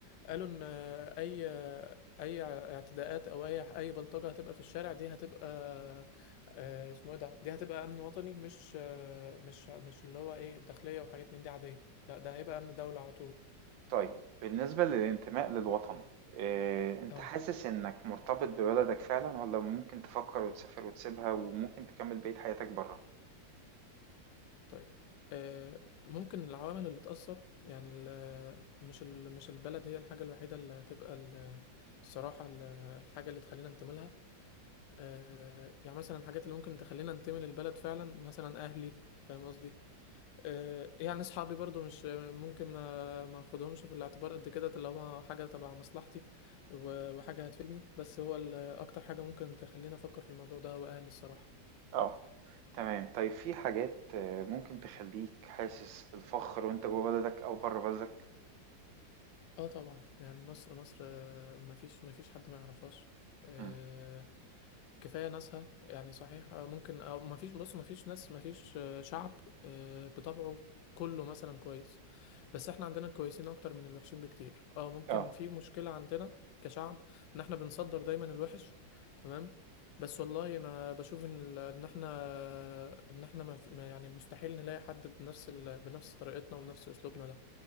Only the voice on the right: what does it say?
طيب بالنسبة للانتماء للوطن آه، أنت
حاسس إنك مرتبط ببلدك فعلا ولا ممكن تفكر وتسافر وتسيبها وممكن تكمل بقية حياتك بره؟
اه تمام طيب في حاجات آه، ممكن تخليك حاسس بالفخر وانت جوه بلدك او بره بلدك
مم.
اه